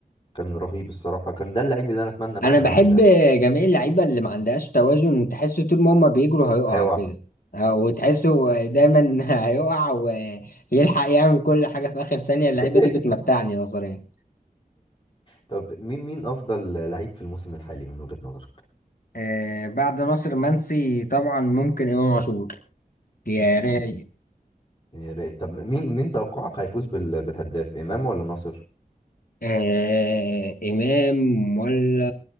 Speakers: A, on the left (about 35°); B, on the left (about 70°).
A: كان رهيب الصراحة كان ده اللعيب اللي أنا أتمنى بقى
B: انا
A: إنه
B: بحب
A: يجري الأهلي
B: جميع اللعيبه اللي ما عندهاش توازن تحس طول ما هما بيجروا هيقعوا
A: هيقع
B: كده او تحسه دايما <laughs> هيقع ويلحق يعمل كل حاجه في اخر ثانيه
A: <laughs>
B: اللعيبه دي بتمتعني نظريا
A: طب مين مين أفضل لعيب في الموسم الحالي من وجهة نظرك؟
B: آه بعد ناصر منسي طبعا ممكن امام عاشور يا راي
A: يعني يا ريت. طب مين مين توقعك هيفوز بال- بالهداف إمام ولا ناصر؟
B: آه إمام ولا